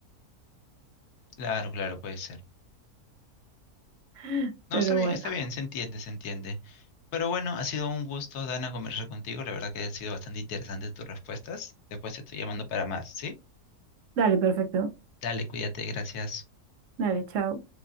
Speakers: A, on the left; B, on the right.
A: Claro, claro, puede ser.
B: <laughs>
A: No,
B: pero
A: está bien,
B: bueno,
A: está bien, se entiende, se entiende. Pero bueno, ha sido un gusto, Dana, conversar contigo. La verdad que ha sido bastante interesante tus respuestas. Después te estoy llamando para más, ¿sí?
B: dale, perfecto,
A: Dale, cuídate, gracias.
B: dale, chao.